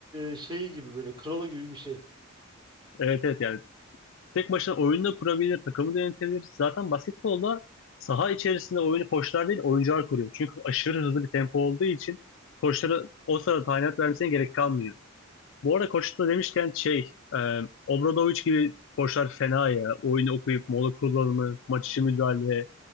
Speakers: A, on the right (about 20°); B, on the left (about 65°).
A: şeyi gibi böyle kralı gibi bir şey.
B: Evet evet yani. Tek başına oyunu da kurabilir, takımı da yönetebilir. Zaten basketbolda saha içerisinde oyunu koçlar değil, oyuncular kuruyor. Çünkü aşırı hızlı bir tempo olduğu için koçlara o sırada talimat vermesine gerek kalmıyor. Bu arada koç da demişken şey, e, Obradoviç gibi koçlar fena ya. Oyunu okuyup mola kullanımı, maç içi müdahale,